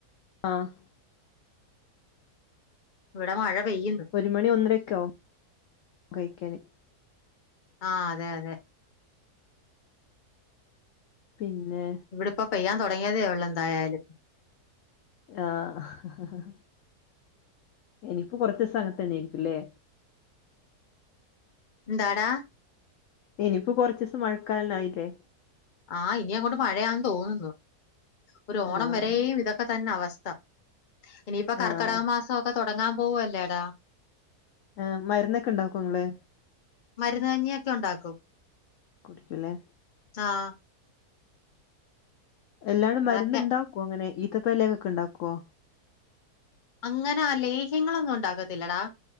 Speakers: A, on the left; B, on the left.
A: ആഹ്
B: ഇവിടെ മഴ പെയ്യുന്നു
A: ഒരു മണി ഒന്നരൊക്കെ ആവും കഴിക്കാന്
B: ആഹ് അതെ അതെ
A: പിന്നെ
B: ഇവിടിപ്പ പെയ്യാൻ തുടങ്ങിയതേ ഉള്ളൂ എന്തായാലും
A: ആഹ് ഇനിപ്പോ കുറച്ച് സാനത്ത് തന്നെയിരിക്കും ഇല്ലേ
B: എന്താടാ
A: ഇനിയിപ്പോൊ കുറച്ച ദിവസം മഴക്കാലന്നേ ആയില്ലേ
B: ആഹ് ഇനി അങ്ങോട്ട മഴയാന്ന് തോന്നുന്നു ഒരു ഓണം
A: ആഹ്
B: വരെയും ഇതൊക്കെ തന്നെ അവസ്ഥ ഇനിയിപ്പ കർക്കടക
A: ആഹ്
B: മാസംഒക്കെ തുടങ്ങാൻ പോവുവ അല്ലേടാ
A: ആഹ് മരുന്നൊക്കെ ഉണ്ടാക്കും നിങ്ങളെ
B: മരുന്നഞ്ഞിയൊക്കെ ഉണ്ടാക്കും
A: കുടിക്കലേ
B: ആഹ്
A: എല്ലാടും മരുന്ന്ണ്ടാക്കുവോ
B: അതൊക്കെ
A: അങ്ങനെ ഈത്തപ്പലേഹക്കെ ഉണ്ടാക്കുവോ
B: അങ്ങനെ ആഹ് ലേഹ്യങ്ങളൊന്നും ഉണ്ടാക്കത്തില്ലടാ